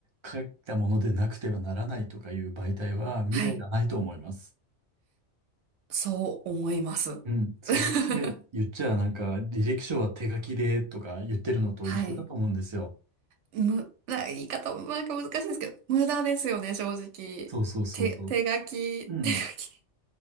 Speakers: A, on the right (about 40°); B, on the right (about 85°).
A: 書いたものでなくてはならないとかいう媒体は未来がないと思います。
B: はい、そう思います。
A: うん。それって言っちゃなんか、
B: <laughs>
A: 履歴書は手書きでとか言ってるのと一緒だと思うんですよ。
B: はい。む、な、言い方もなんか難しいんですけど、無駄ですよね、正直。
A: そうそうそうそう。
B: 手、手書き、
A: うん。
B: 手書き。